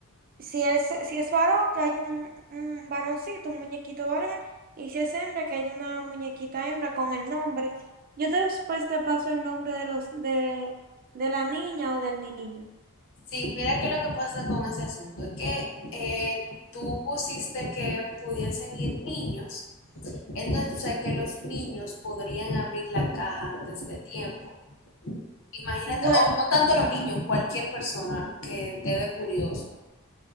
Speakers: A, on the right; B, on the left.
A: si es, si es varón, que hay un, un varoncito, un muñequito varón, y si es hembra, que hay una muñequita hembra con el nombre. Yo después te paso el nombre de los, de, de la niña o del niño.
B: Sí, mira que lo que pasa con ese asunto es que eh, tú pusiste que pudiesen ir niños, entonces tú sabes que los niños podrían abrir la caja antes de tiempo. Imagínate,
A: Bueno,
B: o no tanto los niños, cualquier persona que esté de curioso,